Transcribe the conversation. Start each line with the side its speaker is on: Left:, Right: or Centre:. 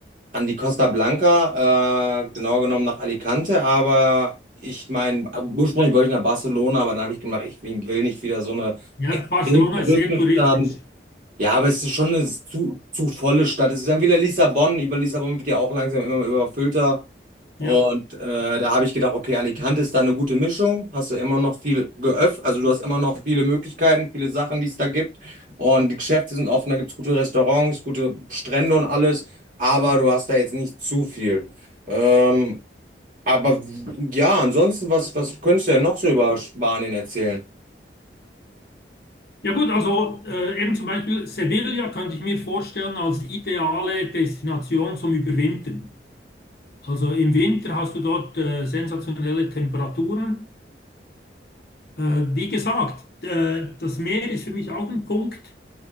Right: an die Costa Blanca, äh, genauer genommen nach Alicante, aber ich meine, ursprünglich wollte ich nach Barcelona, aber dann habe ich gemerkt, ich will nicht wieder so eine
Left: Ja,
Right: extrem
Left: Barcelona
Right: touristische
Left: ist sehr touristisch.
Right: Stadt. Ja, aber es ist schon eine zu, zu volle Stadt. Es ist dann wieder Lissabon. Über Lissabon wird ja auch langsam immer überfüllter. Und
Left: Ja.
Right: äh, da habe ich gedacht, okay, Alicante ist da eine gute Mischung. Hast du immer noch viel geöff, also du hast immer noch viele Möglichkeiten, viele Sachen, die es da gibt. Und die Geschäfte sind offen, da gibt es gute Restaurants, gute Strände und alles. Aber du hast da jetzt nicht zu viel. Ähm, aber w- ja, ansonsten, was, was könntest du denn noch so über Spanien erzählen?
Left: Ja gut, also äh, eben zum Beispiel Sevilla könnte ich mir vorstellen als ideale Destination zum Überwintern. Also im Winter hast du dort äh, sensationelle Temperaturen. Äh, wie gesagt, äh, das Meer ist für mich auch ein Punkt.